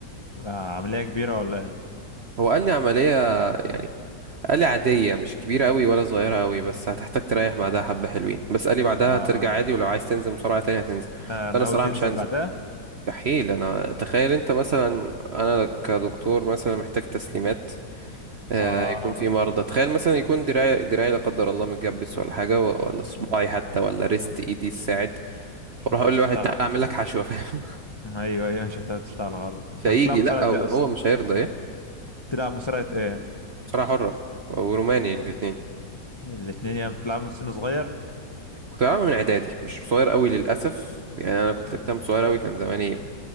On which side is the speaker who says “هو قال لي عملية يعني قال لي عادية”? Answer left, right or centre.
Right